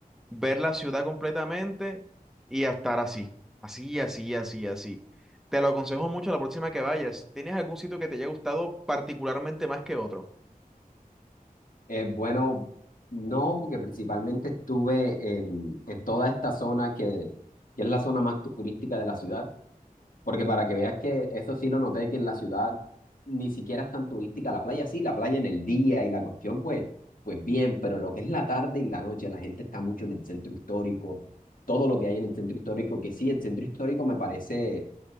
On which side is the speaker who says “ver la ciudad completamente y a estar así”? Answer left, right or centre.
Centre